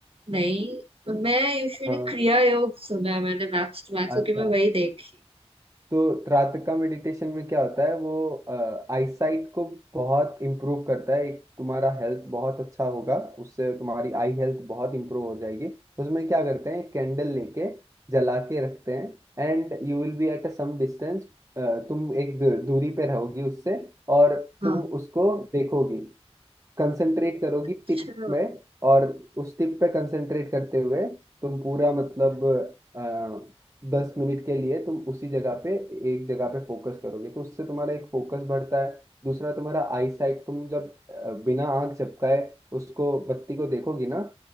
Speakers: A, on the right (about 60°); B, on the right (about 30°).
A: नहीं मैं यूजुअली
B: हाँ
A: क्रिया योग सुना है मैंने मैक्स टू मैक्स क्योंकि
B: अच्छा
A: मैं वही देखी
B: तो त्राटका मेडिटेशन में क्या होता है वो आईसाइट को बहुत इम्प्रूव करता है एक तुम्हारा हेल्थ बहुत अच्छा होगा उससे तुम्हारी आई हेल्थ बहुत इम्प्रूव हो जाएगी उसमें क्या करते हैं कैंडल लेके जला के रखते हैं and you will be at a some distance तुम एक दू- दूरी पे रहोगी उससे और
A: हाँ
B: तुम उसको देखोगी कंसंट्रेट करोगी
A: अच्छा
B: टिप में और उस टिप पे कंसंट्रेट करते हुए तुम पूरा मतलब अ, दस मिनट के लिए तुम उसी जगह पे एक जगह पे फोकस करोगे तो उससे तुम्हारा एक फोकस बढ़ता है दूसरा तुम्हारा आई साइट तुम जब अ, बिना आंख झपकाए उसको बत्ती को देखोगी ना